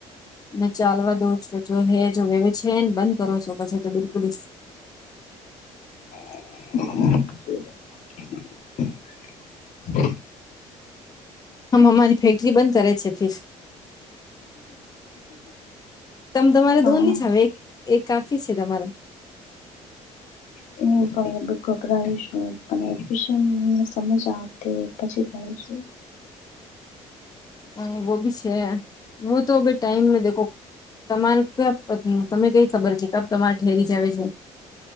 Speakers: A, on the left; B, on the left.
A: ને ચાલવા દઉ જો હે જો વેવે છેને બંધ કરો છો પછી તો બિલકુલ.
B: <unintelligible>
A: હમ અમારી ફેક્ટરી બંધ કરે છે ફીર. તમ તમારે
B: હા
A: દોનની
B: એ
A: જ હ એક એક કાફી છે તમારે.
B: હું બરાબર ગભરાવીશું પણ એડમિશન સમજ તે પછી તણું છે.
A: અ વ બી છે વ તો અ ટાઈમ ન દેખો તમારે ક પ તને કઈ ખબર છે, ક તમારે ઠેરી જ આવે છે.